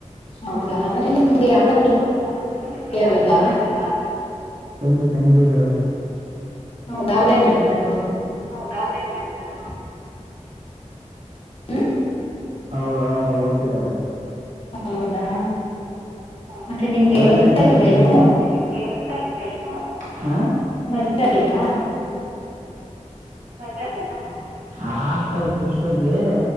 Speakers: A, on the left (about 50°); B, on the right (about 75°).
A: ಹೌದಾ ಮತ್ತೆ ನಿಮ್ಗೆ ಅಕ್ಕ ತಂಗಿ
B: ಹೌದಾ ಮತ್ತೆ ನಿಮ್ಗೆ
A: ಯಾರು
B: <unintelligible>
A: ಇಲ್ವಾ
B: ತಂಗಿ ಇದ್ದಾಳೆ.
A: ಹೌದ ಅವ್ರೇಏನ್ ಮಾಡ್ತಿರೋದು.
B: ಹೌದಾ ಅವ್ರೇನ್ ಮಾಡ್ತಿರೋದು
A: ಹ್ಮ್
B: ಅವಳಾ ಓದ್ತಿದ್ದಾಳೆ.
A: ಹೌದಾ
B: ಹೌದಾ
A: ಮತ್ತೆ ನಿಮ್ಗೆ
B: ಅವೆಲ್ಲ
A: ಮದ್ವೆ
B: ನಿಮಗ್ಯಾಕ್ರಿ
A: ಆಗಿಲ್ವಾ ಇನ್ನು
B: ಮತ್ತೆ ನಿಮಗೆ ಮದುವೆ ಆಗಿಲ್ವಾ ಇನ್ನೂ ಹಾ
A: ಮದುವೆ ಆಾಗಿಲ್ವಾ
B: <unintelligible> ಆಗ್ತಾ ಇತ್ತು ಇಷ್ಟರ್ಗೆ